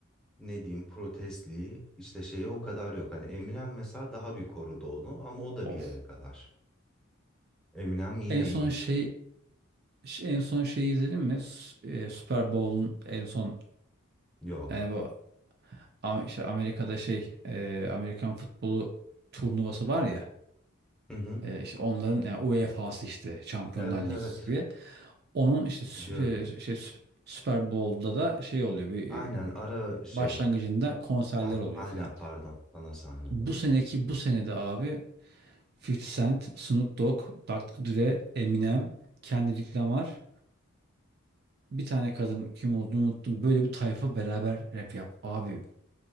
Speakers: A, in the centre; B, on the right.
A: ne diyeyim protestliği işte şeyi o kadar yok. Hani Eminem mesela daha bir korudu onu ama o da
B: Of.
A: bir yere kadar. Eminem yine
B: En son
A: iyi korudu.
B: şey ş- en son şeyi izledin mi? S- e, Super Bowl'un en son
A: Yok.
B: yani bu Am- işte Amerika'da şey e, Amerikan futbolu turnuvası var ya
A: Hı hı.
B: e, işte onların yani UEFA'sı işte Şampiyonlar
A: Evet
B: Ligi
A: evet
B: gibi. Onun işte sü-
A: biliyorum.
B: şey, şey Sü- Super Bowl'da da şey oluyor bir
A: Aynen
B: e,
A: ara şey.
B: başlangıcında konserler
A: Ha
B: oluyor
A: aynen
B: filan.
A: pardon ana sahne
B: Bu
A: doğru.
B: seneki bu senede abi 50 Cent, Snoop Dogg, Dr. Dre, Eminem, Kendrick Lamar bir tane kadın kim olduğunu unuttum. Böyle bir tayfa beraber rap yap. Abi